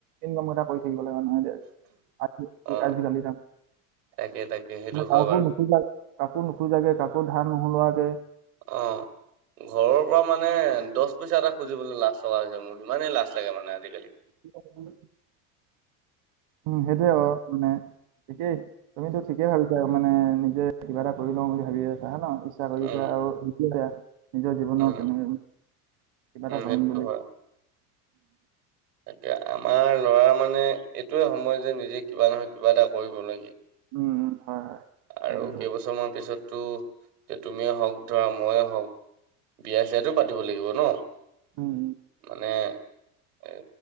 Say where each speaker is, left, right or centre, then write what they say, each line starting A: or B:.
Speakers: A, on the right (about 60°); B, on the right (about 85°).
A: মুগনক কৰি থাকিব লাগিব হয় নহয়।
B: অ
A: আজিকালি মানে
B: তাকে তাকে সেইটো হয়
A: কাকো
B: বাৰু
A: নুখুজাকে- কাকো নোখোজাকে, কাকো ধাৰ নোহোলোৱাকে।
B: অঁহ', ঘৰৰ- পৰা মানে দ'হ পইচা এটা খুজিবলৈ লাজ লগা হৈছে মোৰ ইমানেই লাজ লাগে মানে আজিকালি।
A: <inaudible> উম সেইটোৱে অ মানে ঠিকেই তুমিতো ঠিকেই ভাবিছা আৰু। মানে নিজে কিবা এটা কৰি লওঁ বুলি ভাবি আছো হে ন ইচ্ছা কৰি
B: উম
A: আছে আৰু। নিজৰ জীৱনৰ
B: উম
A: তেনেকে কিবা
B: উম
A: এটা কৰিম
B: সেইটো
A: বুলি।
B: হয় তাকে, আমাৰ ল'ৰা মানে এইটোৱে সময় যে নিজে কিবা নহয় কিবা এটা কৰিবলগীয়া।
A: উমঁ হয়, হয়।
B: আৰু
A: এইটো হয়
B: কেইবছৰমানৰ পিছততো যে তুমিয়ে হওঁক ধৰা মোৰে হওঁক- বিয়া চিয়াটো পাতিব লাগিব ন।
A: উম
B: মানে- এ